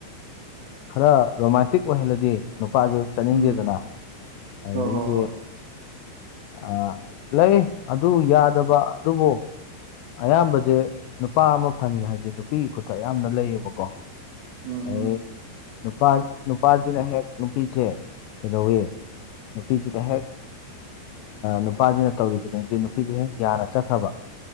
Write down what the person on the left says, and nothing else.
ꯈꯔ ꯔꯣꯃꯥꯟꯇꯤꯛ ꯑꯣꯏꯍꯜꯂꯗꯤ ꯅꯨꯄꯥꯗꯨ ꯆꯠꯅꯤꯡꯗꯦꯗꯅ
ꯑꯗꯨꯗꯒꯤꯗꯤ
ꯑ ꯂꯩ ꯑꯗꯨ ꯌꯥꯗꯕ ꯑꯗꯨꯕꯨ ꯑꯌꯥꯝꯕꯁꯦ ꯅꯨꯄꯥ ꯑꯃ ꯐꯪꯉꯦ ꯍꯥꯏꯗꯤ ꯅꯨꯄꯤꯒꯤ ꯈꯨꯠꯇ ꯑꯌꯥꯝꯅ ꯂꯩꯌꯦꯕꯀꯣ
ꯑꯗꯩ
ꯅꯨꯄꯥ ꯅꯨꯄꯥꯁꯤꯅ ꯍꯦꯛ ꯅꯨꯄꯤꯁꯦ ꯀꯩꯗꯧꯋꯤ ꯅꯨꯄꯤꯁꯤꯅ ꯍꯦꯛ ꯅꯨꯄꯥꯁꯤꯅ ꯇꯧꯔꯤ ꯈꯨꯗꯤꯡꯁꯤ ꯅꯨꯄꯤꯁꯤ ꯍꯦꯛ ꯌꯥꯌꯥꯅ ꯆꯠꯈ꯭ꯔꯕ